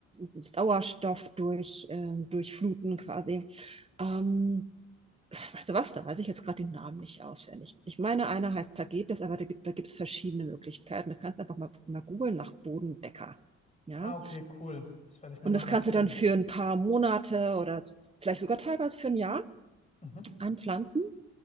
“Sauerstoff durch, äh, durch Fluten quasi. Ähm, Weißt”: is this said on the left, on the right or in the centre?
Right